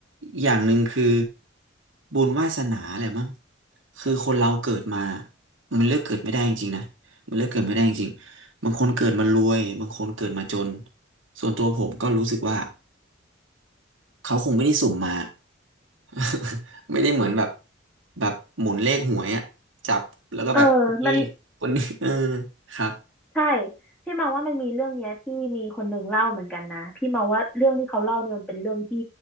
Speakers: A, on the right; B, in the centre.
A: อย่างหนึ่งคือบุญวาสนาแหละมั้งคือคนเราเกิดมามันเลือกเกิดไม่ได้จริงๆนะมันเลือกเกิดไม่ได้จริงๆบางคนเกิดมารวยบางคนเกิดมาจนส่วนตัวผมก็รู้สึกว่าเขาคงไม่ได้สุ่มมา <laughs> ไม่ได้เหมือนแบบแบบหมุนเลขหวยอะจับแล้วก็แบบโอเค
B: เออมัน
A: คนนี้เออครับ
B: ใช่พี่มองว่ามันมีเรื่องเนี้ยที่มีคนหนึ่งเล่าเหมือนกันนะพี่มาว่าเรื่องที่เขาเล่าเนี่ยมันเป็นเรื่องที่